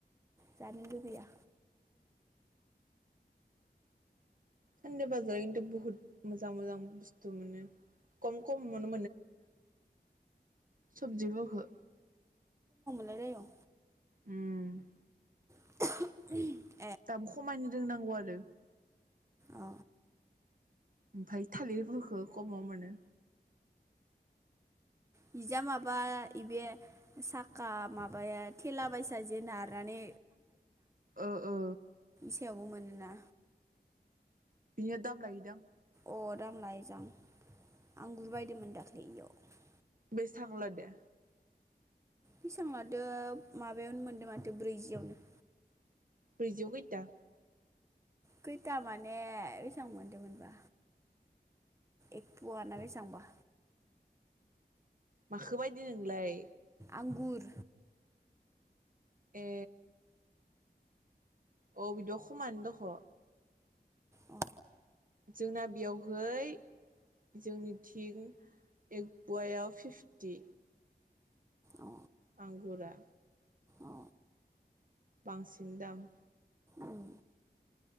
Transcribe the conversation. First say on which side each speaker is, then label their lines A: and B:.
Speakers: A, on the right (about 15°); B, on the right (about 55°).
A: जानांगुबैया
B: सानदे बाजाराव खिन्थु बुहुद मोजां मोजां बुस्थु मोनो खम खमावनो सबजि मावखो
A: बेेलायाव
B: उम
A: <inaudible>
B: दामो खमायनो रोंनांगौ आरो
A: अ
B: ओमफफ्राय थालिरफोरखौ खमाव मोनो।
A: निजा माबा बे साखा माबाया थेला बसा जे नारनानै
B: ओ ओ
A: सेयावबो मोनोना
B: बिनिया दाम लायोदां
A: अ दाम लइजां आं गुबायदोंमोन दाख्लै बेयाव
B: बेसे थांला दो
A: बेसेबां लादो माबायावनो मोनदों माथो ब्रैजियावनो
B: ब्रैजियाव गैता
A: खैथा माने बेसेबां मोनदोंमोनबा एकफ'वाना बेसेबांबा
B: माख बायदि नोंलाय?
A: आंगुर
B: ए अ बि द'खम आंनो दख'
A: औ
B: जोंना बेयावहै जोंनि थिं एक बवायाव फिफटि।
A: अ
B: आंगुरा।
A: अ
B: बांसिन दाम
A: उम